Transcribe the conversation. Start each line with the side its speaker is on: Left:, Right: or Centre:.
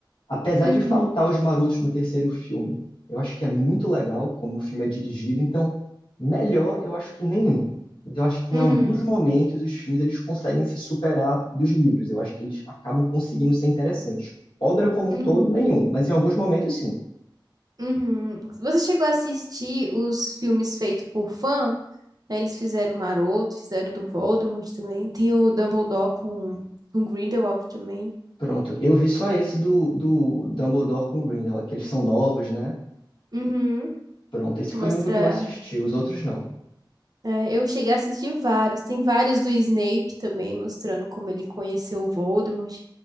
Left: Apesar
Right: Uhum.
Left: de faltar os marotos no terceiro filme. Eu acho que é muito legal como o filme é dirigido, então melhor eu acho que nenhum. Mas eu acho que
Right: Uhum.
Left: em alguns momentos os filmes eles conseguem se superar dos livros. Eu acho que eles acabam conseguindo ser interessantes. Obra como um
Right: Uhum.
Left: todo, nenhum, mas em alguns momentos sim.
Right: Uhum. Você chegou a assistir os filmes feitos por fã? né? Eles fizeram o Maroto, fizeram o do Voldemort também. Tem o Dumbledore com, com Grindelwald também.
Left: Pronto, eu vi só esse do, do Dumbledore com Grindelwald, que eles são novos, né?
Right: Uhum.
Left: Pronto, esse
Right: Que
Left: foi
Right: mostra.
Left: o único que eu assisti, os outros não.
Right: é, eu cheguei a assistir vários. Tem vários do Snape também, mostrando como ele conheceu o Voldemort.